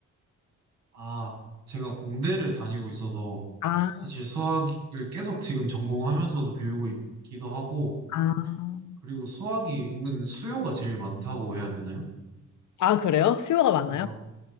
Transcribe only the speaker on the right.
아, 제가 공대를 다니고 있어서
사실 수학을 계속 지금 전공하면서도 배우고 있기도 하고,
그리고 수학이 은근 수요가 제일 많다고 해야 되나요?
그래서